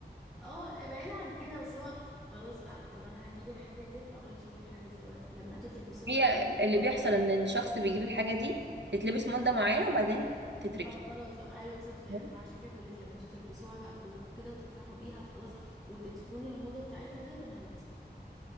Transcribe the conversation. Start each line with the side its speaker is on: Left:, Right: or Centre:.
Centre: اه بعيد عن كده بس اللي هو خلاص بقى طب انا هجيب الحاجه ديت او انا مش هجيب الحاجه دلوقتي لما انتوا تلبسوها
Right: هي
Centre: بقى كلكم
Right: اللي بيحصل ان الشخص بيجيب الحاجة دي تتلبس مدة معينة وبعدين تتركن
Centre: اه خلاص بقى ايوه بالظبط كده
Right: <laughs>
Centre: أنا عشان كده بقول لك لما انتوا تلبسوها بقى كلكم كده وتفرحوا بيها وخلاص وتدفنوا الموضه بتاعتها ديت انا هلبسها